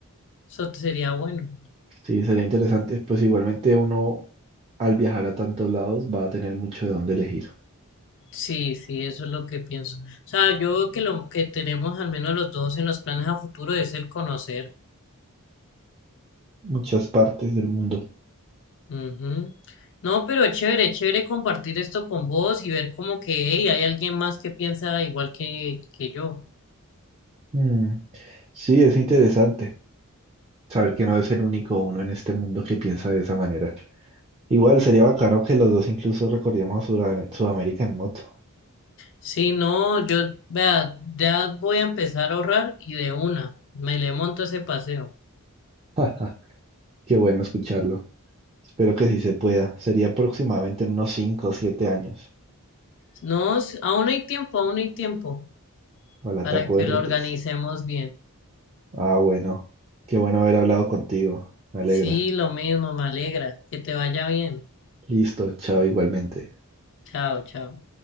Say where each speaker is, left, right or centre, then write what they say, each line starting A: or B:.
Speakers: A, on the left (about 55°); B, on the right (about 25°).
A: Eso sería bueno.
B: Sí, sería interesante. Pues igualmente uno, al viajar a tantos lados, va a tener mucho de dónde elegir.
A: Sí, sí, eso es lo que pienso. O sea, yo creo que lo que tenemos al menos los dos en los planes a futuro es el conocer.
B: Muchas partes del mundo.
A: Ujú. No, pero chévere, chévere compartir esto con vos y ver como que hey, hay alguien más que piensa igual que, que yo.
B: Mm, Sí, es interesante saber que no es el único uno en este mundo que piensa de esa manera. Igual sería bacano que los dos incluso recorriéramos Sudam- Sudamérica en moto.
A: Sí, no, yo, vea, ya voy a empezar a ahorrar y de una, me le monto ese paseo.
B: <laughs> Qué bueno escucharlo. Espero que sí se pueda. Sería aproximadamente en unos 5 o siete años.
A: No, s- aún hay tiempo, aún hay tiempo
B: Ojalá
A: para
B: te acuerdes.
A: que lo organicemos bien.
B: Ah, bueno. Qué bueno haber hablado contigo. Me alegra.
A: Sí, lo mismo, me alegra. Que te vaya bien.
B: Listo, chao igualmente.
A: Chao, chao.